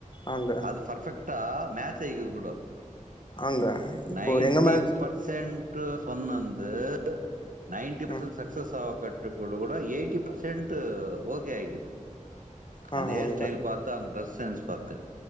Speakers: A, on the left; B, on the right.
A: ஆங்க
B: அது பர்ஃபெக்டா மேட்ச ஆயிகுது கூடோ
A: ஆங்க இப்போ
B: நைன்ட்டி
A: எங்க மேட்ச்
B: பர்சென்ட் டு சொன்னந்து நைன்டி பர்சஸ்
A: ம்
B: சக்ஸஸ் ஆ கட்ட கூட கூட எயிட்டி பர்சென்ட்டு ஓகே ஆயிகிது
A: ஆ
B: அந்த ஹேர்
A: ஆங்க
B: ஸ்டைல் பாத்து அவங்க டிரெஸ் சென்ஸ் பாத்து